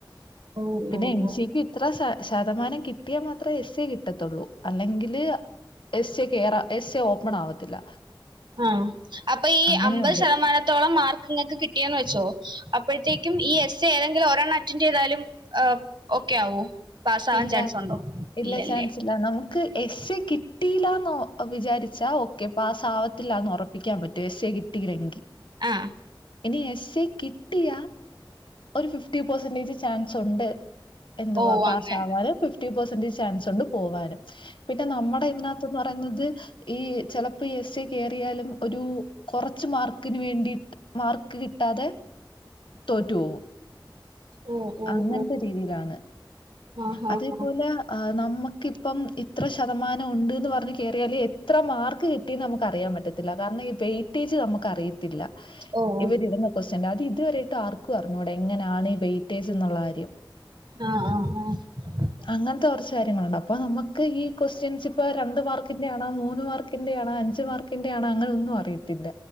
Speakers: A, on the right; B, on the left.
A: ഓ
B: പിന്നെ
A: ഓ
B: എം
A: ഓ
B: സിക്ക് ഇത്ര ശ ശതമാനം കിട്ടിയാൽ മാത്രേ എസ് എ കിട്ടത്തുള്ളൂ അല്ലെങ്കില് എസ് എ കേറ എസ് എ ഓപ്പൺ ആവത്തില്ല
A: ആഹ് അപ്പൊ ഈ
B: അങ്ങനെയുണ്ട്.
A: അമ്പത് ശതമാനത്തോളം മാർക്ക് ഇങ്ങൾക്ക് കി ട്ടിയെന്ന് വെച്ചോ അപ്പോഴ്ത്തേക്കും ഈ എസ് എ ഏതെങ്കിലും ഒരണ്ണം അറ്റൻഡ് ചെയ്താലും ഏഹ് ഓക്കെ ആവും പാസ് ആവാൻ
B: ഇല്ല.
A: ചാൻസ് ഉണ്ടോ
B: ഇല്ല
A: ഇല്ലല്ലേ
B: ചാൻസ് നമുക്ക് എസ് എ കിട്ടിയില്ലന്ന് വിചാരിച്ചാ ഓക്കെ പാസ് ആവത്തില്ല എന്ന് ഉറപ്പിക്കാൻ പറ്റും എസ് എ കിട്ടിയിലെങ്കി
A: ആ
B: ഇനി എസ് എ കി ട്ടിയാ ഒരു ഫിഫ്റ്റി പേഴ്‌സന്റെജ് ചാൻസ് ഉണ്ട് എന്തുവാ
A: ഓ
B: പാസ്സ്
A: അങ്ങനെ
B: ഫിഫ്റ്റി പേഴ്‌സന്റെജ് ചാൻസ് ഉണ്ട് പോവാനും. പിന്നെ നമ്മുടെ ഇതിനകത്ത്ന്ന് പറയുന്നത് ഈ ചിലപ്പോ ഈ എസ് എ കയറിയാലും ഒരു കൊറച്ച് മാർക്കിന് വേണ്ടിട്ട് മാർക്ക് കിട്ടാതെ തോറ്റു പോവും
A: ഓ ഓ
B: അങ്ങനത്തെ
A: ഓ
B: രീതിയിലാണ്
A: ആഹ്
B: അതേപോലെ
A: ആഹ് ആഹ്
B: ആഹ് നമുക്കിപ്പം ഇത്ര ശതമാനം ഉണ്ട്ന്ന് പറഞ്ഞ് കേയറിയാല് എത്ര മാർക്ക് കി ന്ന് നമുക്ക് അറിയാൻ പറ്റത്തില്ല കാരണം ഈ വെയ്റ്റെജ് നമുക്ക് അറിയത്തില്ല
A: ഓ ഓ
B: ഇവരിടുന്ന ക്യസ്റ്റിയൻ അത് ഇതുവരയിട്ട് ആർക്കു അറിഞ്ഞൂട എങ്ങനെയാണ് ഈ വെയ്റ്റേ്ജ് എന്നുള്ള കാര്യം
A: ആഹ് ആഹ് ആഹ്
B: അങ്ങനത്തെ കുറച്ച് കാര്യങ്ങളുണ്ട് അപ്പൊ നമുക്ക് ഈ ക്വസ്റ്റ്യൻസ് ഇപ്പ രണ്ട് മാർക്കിന്റെ ആണാ മൂന്ന് മാർക്കി ന്റെയാണോ അഞ്ച് മാർക്കിന്റെ ആണോ അങ്ങനെ ഒന്നും അറിയത്തില്ല